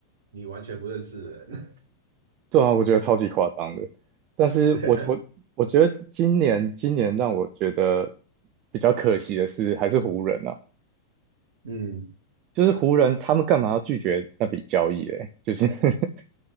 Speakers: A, on the right; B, on the right.
A: 你完全不认识的人。
B: 对啊，我觉得超级夸张的。但是我我我觉得今年今年让我觉得
A: <laughs> 对啊
B: 比较可惜的是，还是湖人啊，
A: 嗯，
B: 就是湖人他们干嘛要拒绝那笔交易嘞？就是 <laughs>